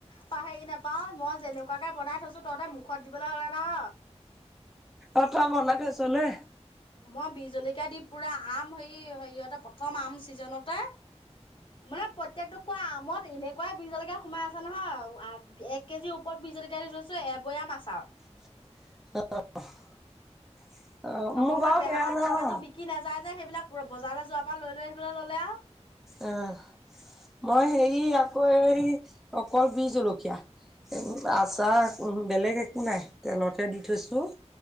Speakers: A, on the left; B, in the centre.
A: প হেৰি নাপাও মই যেনেকুৱাকে বনাই থৈছো তহঁতে মুখত দিবলৈ হলে নহ
B: অ ত ভৰ লাগে আছলে
A: মই বি জলকীয়া দি পুৰা আম হেৰি হেৰিয়হতে প্ৰথম আম চিজনতে মানে প্ৰত্যেকটো কোৱা আমত এনেকুৱাই বিজ জলকীয়া সোমাই আছে নহয় এক কেজি ওপৰত বীজ জলকীয়া দি লৈছো এবয়া মা চাত
B: <unintelligible>
A: অকমান
B: বাৰু
A: বেয়া
B: সেয়া
A: হয়
B: নহয়
A: যদিকেতো বিকি নাযায় যে সেইবিলাক বজাৰলে যোৱা পা লৈ লৈ আহিবলে ললে আ
B: আহ মই হেৰি আকৌ এই অকল বি জলকীয়া আচাৰ
A: উম,
B: বেলেগ একো নাই তেলতহে দি থৈছো।